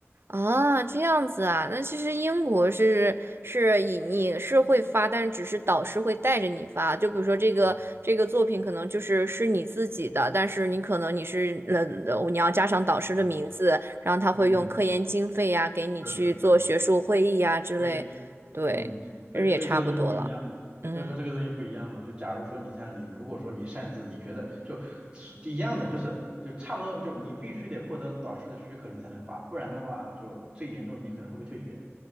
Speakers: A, on the right; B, on the right.
A: 啊，这样子啊，那其实英国是是以你是会发，但是只是导师会带着你发。就比如说这个这个作品可能就是是你自己的，
B: 啊，
A: 但是你可能你是呃呃你要加上导师的名字，
B: 嗯
A: 然后他会用科研经费呀、
B: 嗯。
A: 给你去做学术会议呀、
B: 是是是，
A: 之类，
B: 所以，
A: 对，
B: 嗯，所以所以这个东西不一样，
A: 其实也差不多了，嗯。
B: 所以说这个东西不一样嘛。就假如说你像你，如果说你擅自，你觉得就是一样的，就是就差不多，就你必须得获得导师的许可，你才能发，不然的话，就最严重的你可能会被退学。